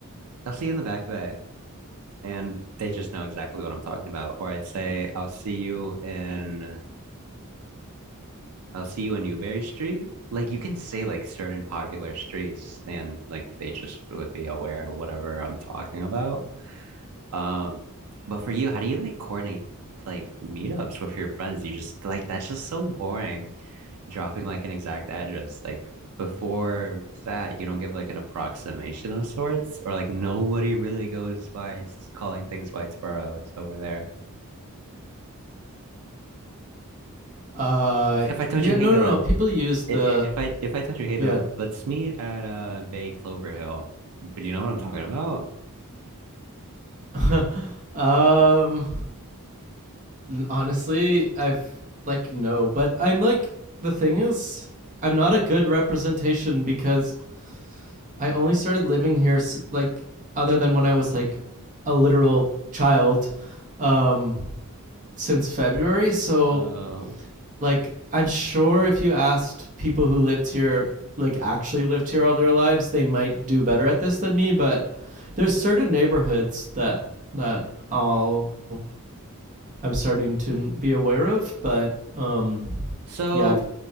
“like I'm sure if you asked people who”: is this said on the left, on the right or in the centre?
Right